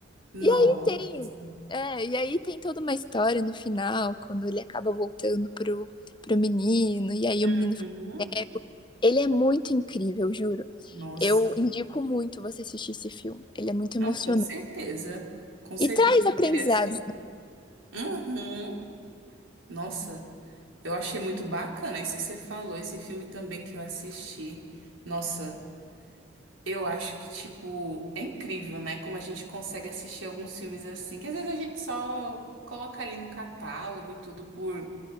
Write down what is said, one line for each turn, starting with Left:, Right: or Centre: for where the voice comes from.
Right: Nossa.
Left: E aí tem, é, e aí tem toda uma história no final, quando ele acaba voltando pro, pro menino, e aí
Right: Uhum.
Left: o menino fica cego. Ele é muito incrível, juro.
Right: Nossa.
Left: Eu indico muito você assistir esse filme. Ele é muito
Right: Não,
Left: emocionante.
Right: com certeza. Com certeza
Left: E traz
Right: eu
Left: aprendizados.
Right: queria assistir.
Left: né?
Right: Uhum. Nossa. Eu achei muito bacana isso que você falou, esse filme também que eu assisti. Nossa, eu acho que, tipo, é incrível, né? Como a gente consegue assistir alguns filmes assim, que às vezes a gente só coloca ali no catálogo e tudo por.